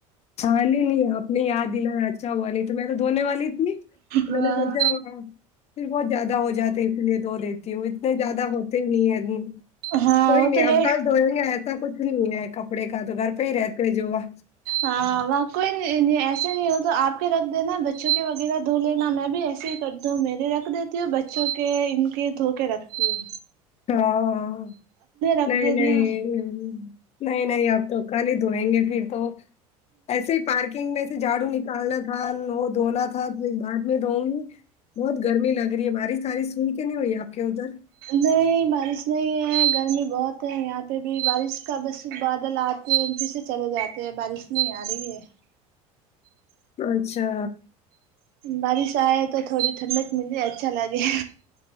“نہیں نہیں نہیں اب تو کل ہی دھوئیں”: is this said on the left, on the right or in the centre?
Left